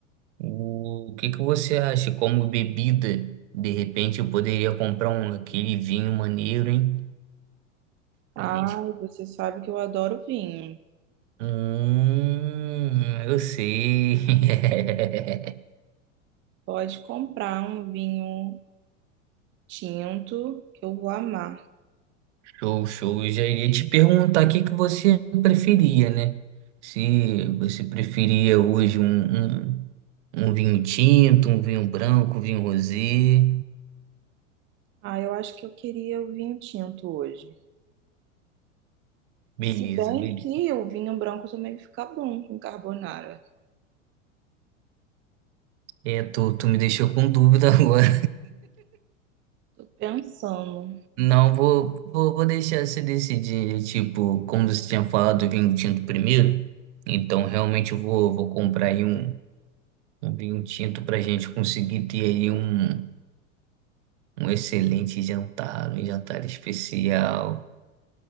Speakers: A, on the right; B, on the right.
A: o, que que você acha como bebida? De repente eu poderia comprar um aquele vinho maneiro, hein?
B: Ai,
A: Pra gente.
B: você sabe que eu adoro vinho.
A: Hum, eu sei. <laughs>
B: Pode comprar um vinho tinto que eu vou amar.
A: Show, show. Eu já iria te perguntar o que que você preferia, né? Se você preferia hoje um, um, um vinho tinto, um vinho branco, um vinho rosé.
B: Ah, eu acho que eu queria o vinho tinto hoje.
A: Beleza,
B: Se bem
A: beleza.
B: que o vinho branco também fica bom com carbonara.
A: É, tu, tu me deixou com dúvida <laughs> agora.
B: Tô pensando.
A: Não, vou, vou, vou deixar você decidir, tipo, como você tinha falado, do vinho tinto primeiro. Então, realmente, eu vou, vou comprar aí um, um vinho tinto pra gente conseguir ter aí um, um excelente jantar, um jantar especial.